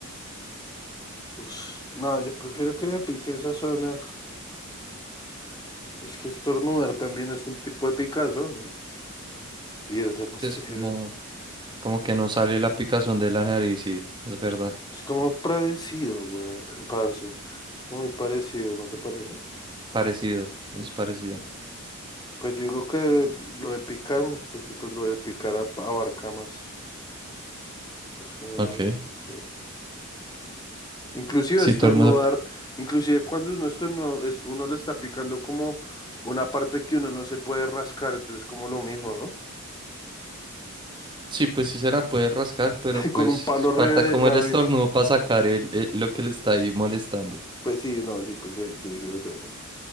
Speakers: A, on the left; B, on the right.
A: Ush, no, yo prefiero que me pique esa zona. Es que estornudar también es un tipo de picazón, ¿no? Y es re fastidioso.
B: Sí, Es como, como que no sale la picazón de la nariz, sí, es verdad,
A: Es como parecido, güey, parce. Es como muy parecido, ¿no te parece?
B: parecido, es parecido.
A: Pues yo digo que lo de picarme, porque pues lo de picar a- abarca más. Es como
B: Ok,
A: lo mismo, sí. Inclusive
B: sí,
A: estornudar,
B: todo el mundo, p-
A: inclusive cuando uno estornuda, es, uno le está picando como una parte que uno no se puede rascar, entonces como lo mismo, ¿no?
B: sí, pues sí se la puede rascar, pero
A: <laughs>
B: pues
A: Con un palo re
B: falta
A: delgado
B: como el estornudo
A: y...
B: para sacar el, el- lo que le está ahí molestando.
A: Pues sí, no, sí, pues sí, ahí tiene que resolverlo.